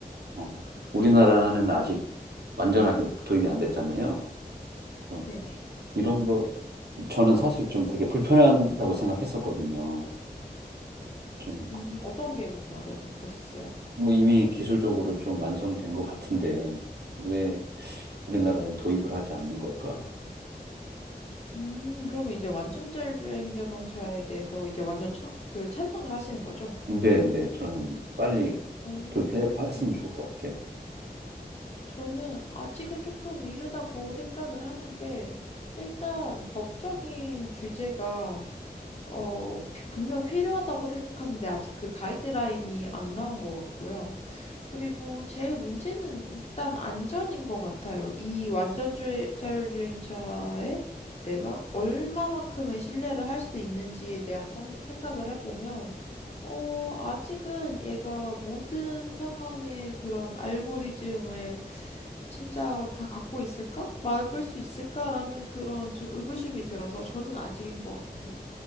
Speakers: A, on the right; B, on the left.
A: 어, 우리나라는 아직 완전하게 도입이 안 됐잖아요. 그래서
B: 네네.
A: 이런 거 저는 사실 좀 되게 불편하다고 생각했었거든요. 좀
B: 음, 어떤 게 불편하다고 생각하셨어요?
A: 뭐 이미 기술적으로 좀 완성된 것 같은데 왜 우리나라는 도입을 하지 않는 걸까?
B: 음, 그러면 이제 완전 자율주행 자동차에 대해서 이제 완전 찬, 그 찬성을 하시는 거죠?
A: 네, 네, 저는 빨리
B: 오,
A: 도입했으면
B: 음.
A: 좋을 것 같아요.
B: 저는 아직은 조금 이르다고 생각을 하는 게 일단 법적인 규제가 어, 피- 분명 필요하다고 생각하는데 아직 그 가이드라인이 안 나온 것 같고요. 그리고 제일 문제는 일단 안전인 것 같아요. 이 완전자율주행차에 내가 얼마만큼의 신뢰를 할 수 있는지에 대한 성- 생각을 해보면 어, 아직은 얘가 모든 상황의 그런 알고리즘을 진짜 다 갖고 있을까? 막을 수 있을까라는 그런 좀 의구심이 들어서 저는 아직인 것 같아요.